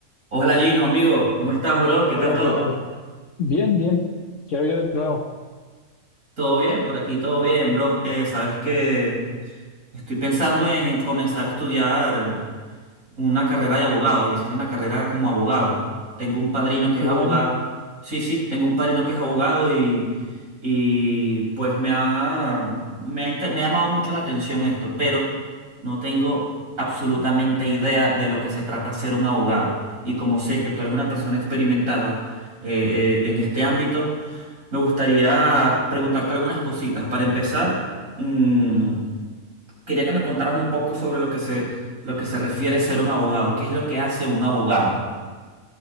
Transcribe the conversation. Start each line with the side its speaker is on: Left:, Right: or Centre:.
Right: Hola Gino, amigo, ¿cómo estás, bro? ¿Qué
Left: Hola,
Right: tal todo?
Left: ¿qué tal? Bien, bien. ¿Qué ha habido de nuevo?
Right: Todo bien, por aquí, todo bien, bro. Eh, sabes que estoy pensando en comenzar a estudiar eh, una carrera de abogado, iniciar una carrera como abogado. Tengo un padrino
Left: Ah,
Right: que
Left: qué
Right: es abogado.
Left: bueno.
Right: Sí, sí, tengo un padrino que es abogado y, y pues me ha, me ha, inte- me ha llamado mucho la atención esto, pero no tengo absolutamente idea de lo que se trata ser un abogado. Y como sé que tú eres una persona experimentada eh, eh, en este ámbito, Me gustaría preguntarte algunas cositas. Para empezar, mm, quería que me contaras un poco sobre lo que se, lo que se refiere a ser un abogado. ¿Qué es lo que hace un abogado?